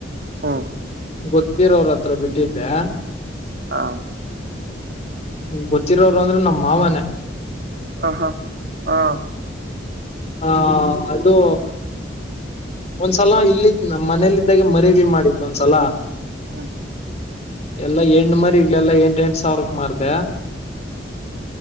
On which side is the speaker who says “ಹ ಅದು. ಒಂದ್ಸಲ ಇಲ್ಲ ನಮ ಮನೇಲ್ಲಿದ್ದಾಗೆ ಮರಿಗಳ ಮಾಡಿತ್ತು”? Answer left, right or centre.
Left